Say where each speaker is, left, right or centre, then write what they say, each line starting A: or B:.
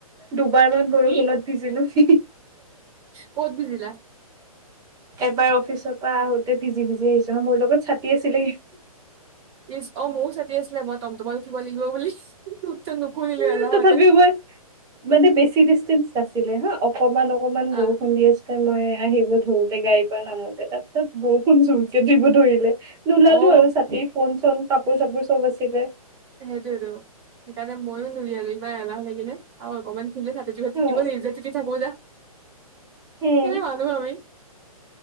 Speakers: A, on the right; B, on the right.
A: দুবাৰ মান বৰষুণত ভিজিলো। এ
B: ক'ত ভিজিলা
A: এবাৰ অফিচৰ পৰা আহোতে ভিজি, ভিজি আহিছোঁ মোৰ লগত ছাতি আছিলে।
B: ইচ অ', মোৰো চাতি আছিলে মই তম, তম তোমাক উঠিব লাগিব বুলি। নুখুলিলো
A: উম
B: এলাহতে
A: তথাপিও মই মানে বেছি ডিষ্টেন্ঞ্চ দিলে হা অকমান অকমান বৰষুণ
B: অ
A: দি আছিলে মই আহিব ধৰোতে গাড়ীৰ পৰা নামোতে তাৰ পিছত বৰষুণ জোৰকে দিব ধৰিলে নোলালো
B: অ অ
A: আৰু ছাতি ফোন চোন কাপোৰ চাপোৰ চব আছিলে।
B: সেইটোয়েটো সেইকাৰণে মইও নোলিয়ালো ইমান এলাহ লাগিলে আৰু অকমান <unintelligible>
A: উম, উম।
B: ভাবি